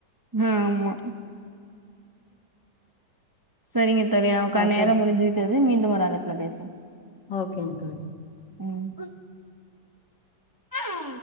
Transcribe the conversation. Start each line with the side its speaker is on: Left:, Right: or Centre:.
Right: ம் ஆமா செரிங்க தோழி நமக்கான
Left: ஆ
Right: நேரம்
Left: சரி
Right: முடிஞ்சிவிட்டது மீண்டும் ஒரு அழைப்புல பேசுவோ
Left: ஓகேங்க தோழி
Right: ம்